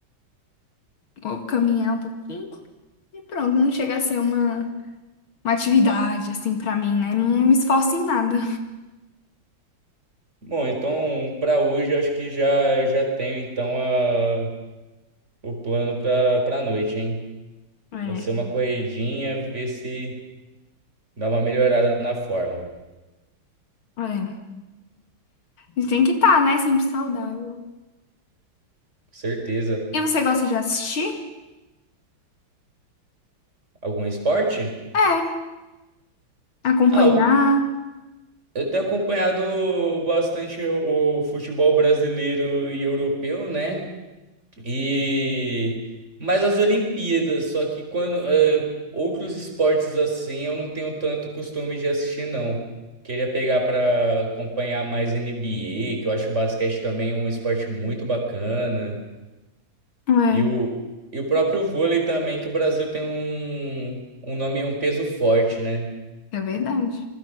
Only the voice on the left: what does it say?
<laughs> ou caminhar um pouquinho. E pronto, não chega a ser uma. uma atividade, assim, pra mim, né? Não me esforço em nada.
É,
é. A tem que estar, né? Sempre saudável.
E você gosta de assistir?
É. Acompanhar?
É.
É verdade.